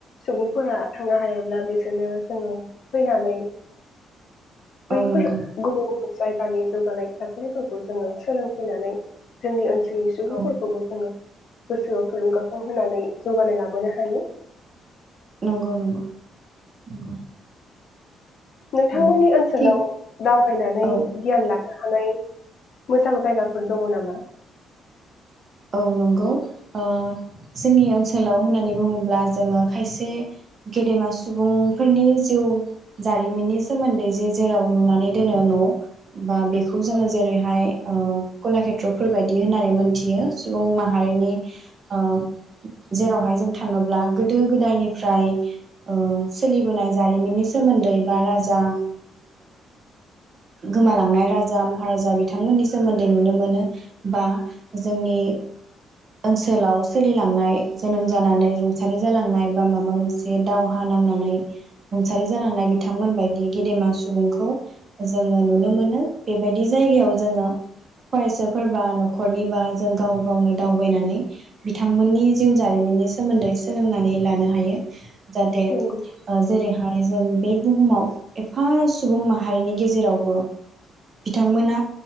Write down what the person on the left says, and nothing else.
सुबुंफोरा थांनो हायाब्ला बिसोरनो जोङो फैनानै
बैफोर
गुबुन गुबुन जायगानि जौगानाय थासारिफोरखौ जोङो सोलोंफैनानै जोंनि ओनसो जोंनि सुबुंफोरखौबो
जोङो गोसोआव थुलुंगाखां होनानै जौगानाय लाबोनो हायो।
नोंथांमोननि
ओनसोलाव
दावबायनानै
गियान लानो हा हानाय मोजां जायगाफोर दङ' नामा?
औ
नंगौ